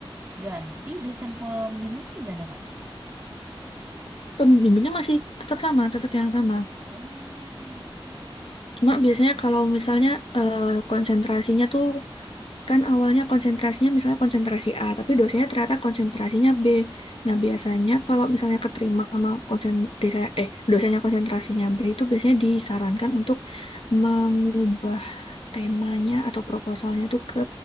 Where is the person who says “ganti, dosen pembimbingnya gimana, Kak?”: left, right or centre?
Right